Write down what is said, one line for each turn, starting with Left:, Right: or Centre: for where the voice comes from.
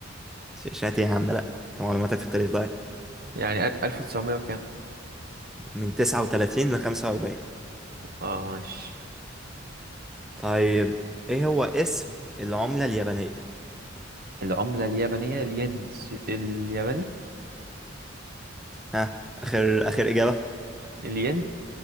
Centre: شات إيه يا عم لأ أنت معلوماتك في التاريخ ضايع
Right: يعني أل- 1900 وكام
Centre: من تسعة وتلاتين لخمسة وأربعين
Right: اه ماشي
Centre: طيب إيه هو اسم العملة اليابانية؟
Right: العملة اليابانية الين سي- الياباني
Centre: ها آخر آخر إجابة؟
Right: الين